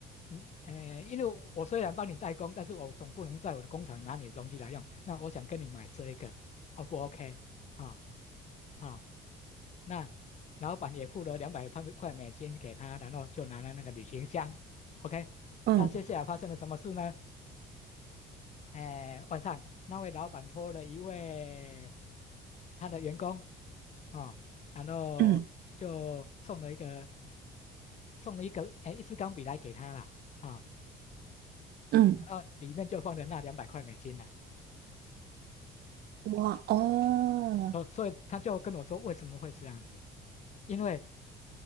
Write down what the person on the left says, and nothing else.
嗯，诶，因为我虽然帮你代工，但是我总不能在我的工厂拿你的东西来用，那我想跟你买这一个，O 不 OK？啊啊，那老板也付了两百块美金给他，然后就拿了那个旅行箱，OK？
那接下来发生了什么事呢？诶，晚上那位老板托了一位。他的员工啊、然后就送了一个
送了一个哎一支钢笔来给他啦啊、
然后里面就放了那两百块美金啦。
哦，所以他就跟我说为什么会这样子，因为